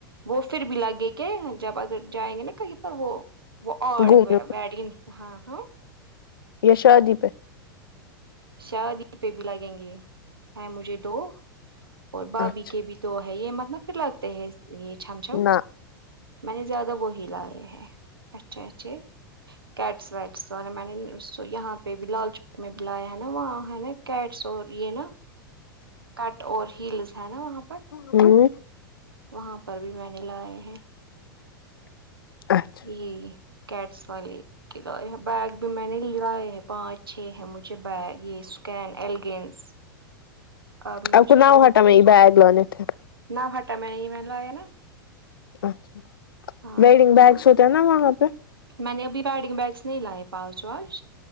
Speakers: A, on the right (about 80°); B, on the left (about 75°).
A: وہ پھر بھی لگے گے جب اگر جائیں گے نا کہیں پر وہ وہ اور
B: گھومنے
A: بیڈی ہاں ہاں
B: یہ شادی پہ
A: شادی پہ بھی لگیں گے ہیں مجھے دو اور بھابھی
B: اچھا
A: کے بھی تو ہے یہ مطلب پھر لگتے ہے یہ چھم چھم
B: نہ
A: میں نے زیادہ وہی لائے ہیں اچھے اچھے کیٹس ویٹس والے میں نے یہاں پہ بھی لال چوک میں بھی لایا ہے نا وہاں ہے نا کیٹس اور یہ نا کٹ اور ہلس ہے نا وہاں پر
B: ہوں
A: وہاں پر بھی میں نے لائے ہیں
B: اچھا
A: جی کیٹس والے کے لائے ہیں بیگ بھی میں نے لائے ہیں پانچ چھ ہے مجھے بیگ یہ کیین ایلگینس اب
B: آ
A: مجھے
B: کو نؤ
A: تھوڑے
B: ہاٹا میں یہ بیگ لانے تھے
A: نہ ہاٹا میں ہی میں لاے نا
B: اچھا
A: ہاں
B: ویڈنگ بیگس ہوتے ہیں نا وہاں پہ
A: میں نے ابھی وبیڈگ بیگس نہیں لائے پانچ واچ